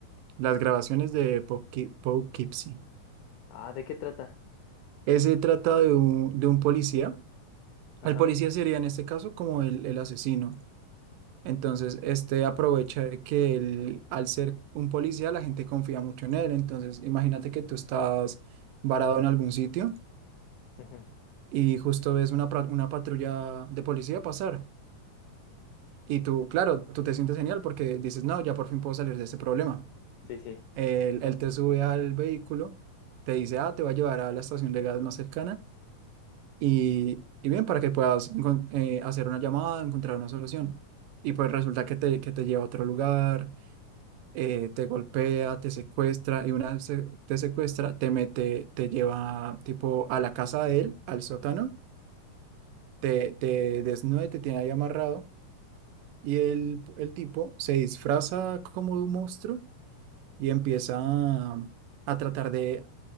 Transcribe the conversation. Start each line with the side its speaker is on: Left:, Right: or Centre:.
Right: las grabaciones de Poughke- Poughkeepsie.
Left: Ah, ¿de qué trata?
Right: Ese trata de un, de un policía.
Left: Ajá.
Right: El policía sería en este caso como el, el asesino. Entonces, este aprovecha de que él, al ser un policía, la gente confía mucho en él. Entonces, imagínate que tú estás varado en algún sitio
Left: ujú,
Right: y justo ves una, pra- una patrulla de policía pasar. Y tú, claro, tú te sientes genial porque dices, no, ya por fin puedo salir de ese problema.
Left: Sí, sí.
Right: Él, él te sube al vehículo, te dice, ah, te va a llevar a la estación de gas más cercana y, y bien, para que puedas encon- eh, hacer una llamada, encontrar una solución. Y pues resulta que te, que te lleva a otro lugar, eh, te golpea, te secuestra y una vez se- te secuestra, te mete, te lleva tipo a la casa de él, al sótano te, te desnuda y te tiene ahí amarrado. Y el, el tipo se disfraza como de un monstruo y empieza a, a tratar de,